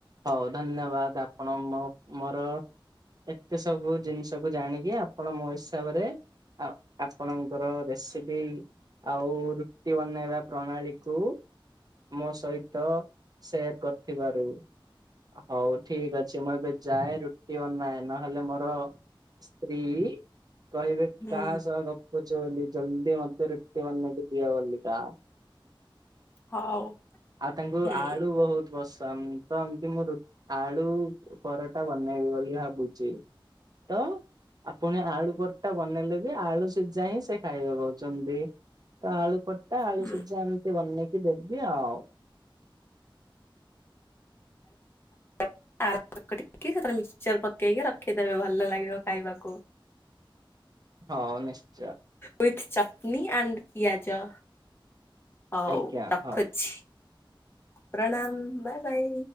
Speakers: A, on the right; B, on the left.
A: ହଉ ଧନ୍ୟବାଦ ଆପଣ ମୋ ମୋର ଏତେ ସବୁ ଜିନିଷକୁୁ ଜାଣିକି ଆପଣ ମୋ ହିସାବରେ ଆଉ ଆପଣଙ୍କର ରେସିପି ଆଉ ରୁଟି ବନେଇବା ପ୍ରଣାଳୀ କୁ ମୋ ସହି ତ ଶେୟାର କରିଥିବାରୁ। ହଉ ଠିକ୍ ଅଛି ମୁଁ ଏବେ ଯାଏ ରୁଟି ବନାଏ ନହେଲେ ମୋର ସ୍ତ୍ରୀ କହିବେ
B: ହୁଁ
A: କାହା ସହ ଗ ପୁଚ ବୋଲି ଜଲଦି ମତେ ରୁଟି ମାନ ବନେଇ ଦିଅ ବଲିକା
B: ହଉ।
A: ଆଉ ତାଙ୍କୁ
B: ହୁଁ
A: ଆଳୁ ବହୁତ ପସନ୍ଦ ତ ଏମିତି ମୁଁ ଆଳୁ ପରଟା ବନେଇବି ବୋଲି ଭାବୁଛି। ତ ଆପୁଣି ଆଳୁ ପରଟା ବନେଇଲେ ବି ଆଳୁ ସିଝା ହିଁ ସେ ଖାଇବେ ବୋଲି କହୁଛନ୍ତି। ତ ଆଳୁ ପଟା ଆଳୁ
B: ହୁଁ
A: ସିଝା ଏମିତି ବନେଇକି ଦେବି ଆଉ। <inaudible>
B: <unintelligible> ମିକ୍ସଚର ପକେଇକି ରଖିଦେବେ ଭଲ ଲାଗିବ ଖାଇବାକୁ।
A: ହ ନିଶ୍ଚ
B: ଉୱିଥ୍ ଚଟ୍ଣିୀ ଆଣ୍ଡ୍ ପିଆଜ ହଉ
A: ଆଜ୍ଞା
B: ରଖୁଛି
A: ହଉ।
B: ପ୍ରଣାମ ବାଇ ବାଇ।